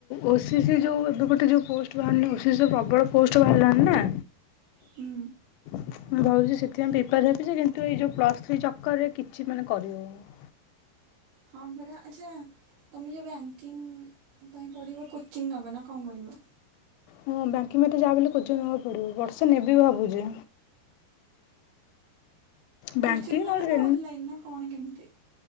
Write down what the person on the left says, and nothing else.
ଓ ସି ସି ଯେଉଁ, ଏବେ ଗୋଟେ ଯେଉଁ ପୋଷ୍ଟ ବାହାରିଲି ଓ ସି ସି ପ୍ରବଳ ପୋଷ୍ଟ ବାହାରିଲାାନି ନା।
ମୁଁ ଭାବଛି ସେଥିପାଇଁ ପ୍ରିପାର ହେବିଜେ କିନ୍ତୁ ଏଇ ଯୋଉ ପ୍ଲସ୍ ଥ୍ରୀ ଚକରେ କିଛି ମାନେ କରିହଉନି।
ହଁ ବ୍ୟାଙ୍କି ମତେ ଯାହା ବୋଲି କୋଚିଂ ନେବାକୁ ପଡିବ। ବର୍ଷେ ନେବି ଭାବୁଛି, ବ୍ୟାଙ୍କିଙ୍ଗ
ନହେଲେ